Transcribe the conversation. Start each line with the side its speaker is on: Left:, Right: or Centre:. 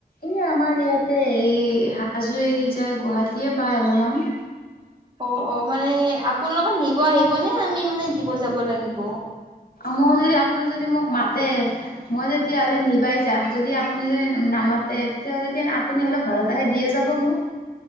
Left: এ আমাৰ ইয়াতে এই হাজো এৰি যায়, গুৱাহাটীয়ে পায় অলপমান।
Right: অ', অ', মানে আপোনালোকে নিব আহিব নে, আমি মানে দিব যাব লাগিব?
Left: মই যদি আপুনি যদি মোক মাতে, মই তেতিয়াহলে নিবাই যাম। যদি আপুনি যদি নামাতে, তেতিয়াহ'লে কি আপুনি হ'লেও ঘৰত আহে দিয়ে যাব মোক।